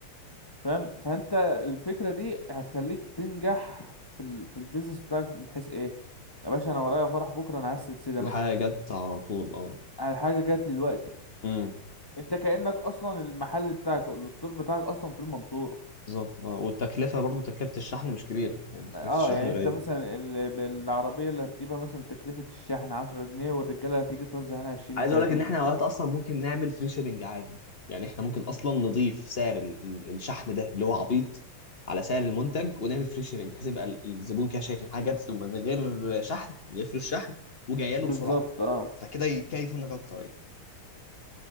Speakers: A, on the left (about 25°); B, on the left (about 40°).
A: فاهم فانت الفكرة دي هتخليك تنجح في ال... في البيزنس بتاعك من حيث ايه يا باشا انا ورايا فرح بكرة انا عايز سلسلة
B: والحاجة
A: مثلا
B: جت على طول اه
A: على حاجة جات لي دلوقتي
B: امم
A: انت كأنك اصلا المحل بتاعك او الستور بتاعك اصلا في المنصورة
B: بالظبط اه والتكلفة برضو تكلفة الشحن مش كبيرة يعني تكلفة
A: اه
B: الشحن
A: يعني
B: قليلة
A: انت مثلا ال- بالعربية اللي هتجيبها مثلا تكلفة الشحن عشرة جنيه والرجالة هتيجي توزع هنا عشرين
B: عايز
A: تلاتين
B: اقول لك ان احنا
A: جنيه
B: اوقات اصلا ممكن نعمل فري شيبنج عادي يعني احنا ممكن اصلا نضيف سعر ال- ال- الشحن ده اللي هو عبيط على سعر المنتج ونعمل فري شيبنج بحيث يبقى ال- الزبون كده شايف ان حاجه جات له من غير شحن من غير فلوس شحن وجايه له
A: بالظبط
B: بسرعه
A: اه
B: فكده يكيف منك اكتر يعني